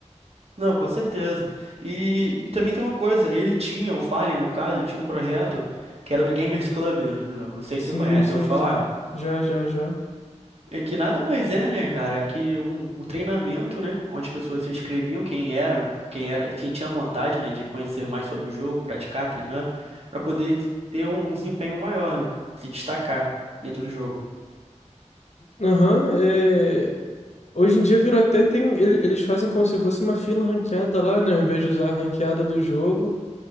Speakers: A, on the right; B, on the left.
A: Não, com certeza. E, e também tem uma coisa, ele tinha, o Fallen no caso, tinha um projeto que era do Gamers Club, né, não não sei
B: Sim,
A: se você conhece,
B: sim,
A: eu falar.
B: sim. Já, já, já.
A: É que nada mais é, né, cara, que um, um treinamento, né, onde as pessoas se inscreviam, quem eram, quem era, quem tinha vontade, né, de conhecer mais sobre o jogo, praticar, treinar, para poder des- ter um desempenho maior, né, se destacar dentro do jogo.
B: Aham, é... Hoje em dia virou até tem. ele- Eles fazem como se fosse uma fila ranqueada lá, né? Ao invés de usar a ranqueada do jogo.